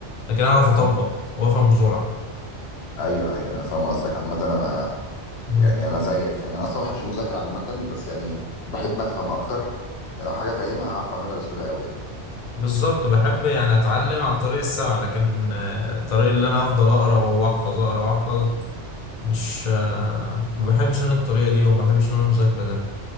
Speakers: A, on the left; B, on the left.
A: لكن اعرف اطبق
B: مم.
A: وافهم بسرعه
B: ايوه ايوه انا فاهم قصدك عامة انا
A: مم.
B: يعني انا زيك يعني انا اصلا ما بحبش المذاكرة عامة بس يعني بحب افهم اكتر يعني لو حاجة فاهمها هعرف اعملها بسهولة قوي يعني
A: بالظبط بحب يعني اتعلم عن طريق السمع لكن آه، الطريق اللي انا افضل اقرا واحفظ اقرا واحفظ مش آه، ما بحبش انا الطريقه دي وما بحبش انا المذاكره ده